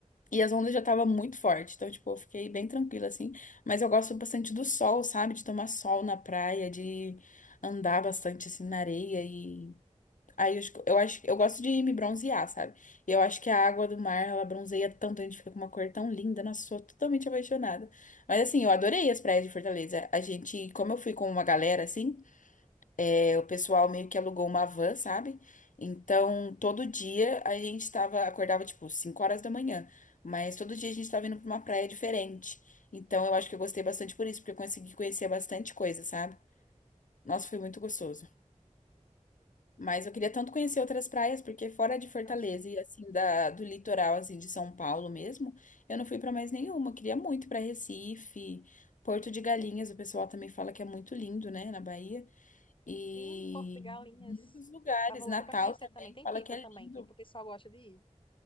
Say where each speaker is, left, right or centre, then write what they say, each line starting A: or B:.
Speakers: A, on the left; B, on the left.
A: E as ondas já estavam muito fortes. Então, tipo, eu fiquei bem tranquila, assim. Mas eu gosto bastante do sol, sabe? De tomar sol na praia, de andar bastante, assim, na areia. E aí eu, acho que- eu acho, eu gosto de me bronzear, sabe? E eu acho que a água do mar, ela bronzeia tanto, a gente fica com uma cor tão linda. Nossa, sou totalmente apaixonada. Mas, assim, eu adorei as praias de Fortaleza. A gente, como eu fui com uma galera, assim. É, O pessoal meio que alugou uma van, sabe? Então, todo dia a gente tava, acordava tipo 5 horas da manhã, mas todo dia a gente tava indo pra uma praia diferente. Então, eu acho que eu gostei bastante por isso, porque eu consegui conhecer bastante coisa, sabe? Nossa, foi muito gostoso. Mas eu queria tanto conhecer outras praias, porque fora de Fortaleza
B: nossa.
A: e assim da, do litoral assim de São Paulo mesmo, eu não fui pra mais nenhuma. Eu queria muito pra Recife, Porto de Galinhas, o pessoal também fala que é muito lindo, né, na Bahia. E
B: Sim, Portugalinhas.
A: muitos lugares.
B: Tava louca
A: Natal
B: para conhecer
A: também,
B: também. Tem
A: fala
B: Pipa
A: que é
B: também,
A: lindo.
B: que o pessoal gosta de ir.